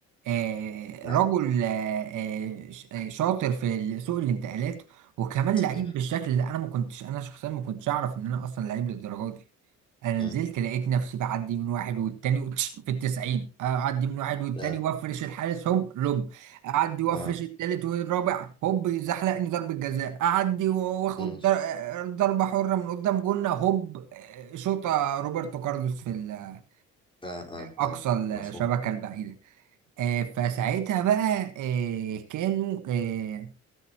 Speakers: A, on the right; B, on the left.
A: آه
B: نعم
A: رجل آه آه ش- آه، شاطر في ال- سوق الانتقالات وكمان
B: صحيح
A: لعيب بالشكل ده انا ما كنتش انا شخصيا ما كنتش اعرف ان انا اصلا لعيب للدرجه دي انا
B: مم.
A: نزلت لقيت نفسي بعدي من واحد والتاني <laughs> وتش- في التسعين اعدي من واحد والتاني
B: لا
A: وافرش الحارس هوب لوب اعدي وافرش
B: اه
A: التالت والرابع هوب يزحلقني ضربة جزاء اعدي واخد
B: مم.
A: در- ضربة حرة من قدام جنة هوب شوطة روبرتو كارلوس في ال-
B: اه اه
A: اقصى
B: اه
A: الشبكة
B: مفهوم
A: البعيدة آه، فساعتها بقى آه، كانوا آه،